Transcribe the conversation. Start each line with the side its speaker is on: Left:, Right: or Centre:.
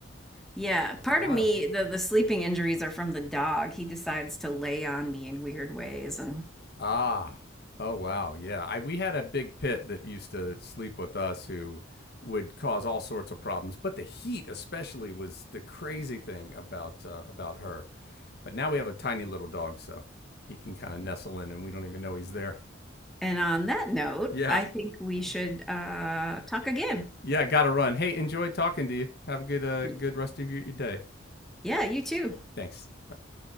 Centre: Yeah, part
Left: it's wild.
Centre: of me, the the sleeping injuries are from the dog. He decides to lay on me in weird ways. And
Left: Ah, oh wow, yeah. I we had a big pit that used to sleep with us who would cause all sorts of problems, but the heat especially was the crazy thing about uh, about her. But now we have a tiny little dog, so he can kind of nestle in, and we don't even know he's there.
Centre: and on that note,
Left: Yeah,
Centre: I think we should uh talk again.
Left: yeah. Got to run. Hey, enjoyed talking to you. Have a good uh,
Centre: Y-
Left: good rest of your, your day.
Centre: Yeah, you too.
Left: Thanks. Bye.